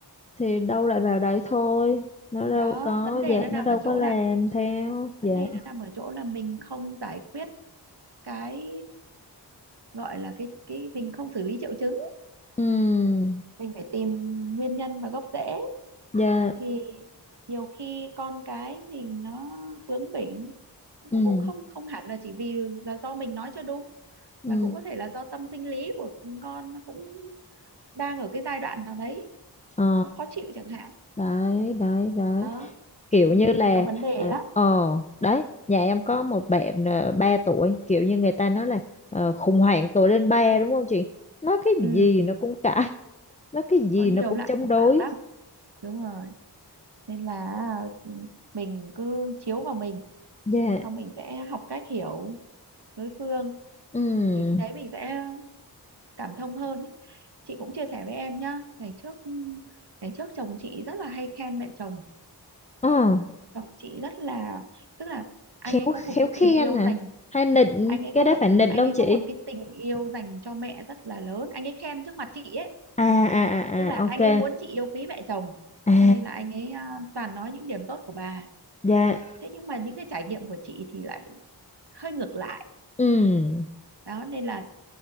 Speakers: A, on the left (about 15°); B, on the right (about 65°).
A: Thì đâu lại vào đấy thôi. Nó đâu
B: đó
A: có,
B: vấn đề
A: dạ,
B: nó nằm
A: nó đâu
B: ở
A: có
B: chỗ
A: làm
B: là
A: theo.
B: vấn
A: Dạ.
B: đề nó nằm ở chỗ là mình không giải quyết cái gọi là cái cái mình không xử lý triệu chứng
A: Ừ,
B: mình phải tìm nguyên nhân và gốc rễ
A: dạ.
B: thì nhiều khi con cái mình nó bướng bỉnh
A: Ừ,
B: cũng cũng không không hẳn là chỉ vì là do mình nói chưa đúng
A: ừ.
B: mà cũng có thể là do tâm sinh lý của con nó cũng đang ở cái giai đoạn nào đấy
A: Ờ,
B: nó khó chịu chẳng hạn
A: đấy, đấy, đấy.
B: đó
A: Kiểu như là,
B: nhiều vấn đề
A: ờ,
B: lắm
A: ờ, đấy. Nhà em có một bạn uh, 3 tuổi. Kiểu như người ta nói là ờ, khủng hoảng tuổi lên 3 đúng không chị? Nói cái
B: ừ,
A: gì nó cũng cãi. Nói cái gì
B: có nhiều
A: nó cũng
B: loại
A: chống
B: khủng
A: đối.
B: hoảng lắm đúng rồi nên là ừ, mình cứ chiếu vào mình
A: Dạ.
B: xong mình sẽ học cách hiểu đối phương
A: Ừ.
B: thì khi đấy mình sẽ cảm thông hơn ý. chị cũng chia sẻ với em nhá ngày trước ngày trước chồng chị rất là hay khen mẹ chồng
A: Ờ.
B: chồng chị rất là tức là anh
A: khéo
B: ấy có
A: khéo
B: một cái
A: khen
B: tình yêu
A: hả
B: dành
A: hay nịnh
B: anh ấy
A: cái
B: có
A: đó
B: một
A: phải nịnh
B: anh
A: không
B: ấy
A: chị
B: có một cái tình yêu dành cho mẹ rất là lớn anh ấy khen trước mặt chị ấy
A: à à à
B: tức là anh
A: à ok
B: ấy muốn chị yêu quý mẹ chồng
A: à
B: cho nên là anh ấy à, toàn nói những điểm tốt của bà
A: dạ
B: thế nhưng mà những cái trải nghiệm của chị thì lại hơi ngược lại
A: ừ
B: đó nên là